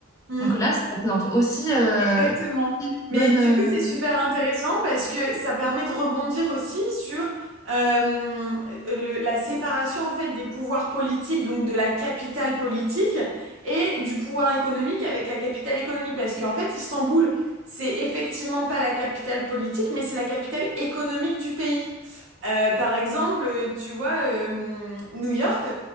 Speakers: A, on the right; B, on the left.
A: Mm,
B: Donc là, ça représente aussi euh,
A: exactement.
B: une
A: Mais
B: bonne...
A: du
B: euh,
A: coup, c'est super intéressant parce que ça permet de rebondir aussi sur euh, le- la séparation en fait des pouvoirs politiques, donc de la capitale politique et du pouvoir économique avec la capitale économique, parce qu'en fait, Istanbul, c'est effectivement pas la capitale politique, mais c'est la capitale économique du pays. Euh, par exemple, euh, tu vois, euh, New York,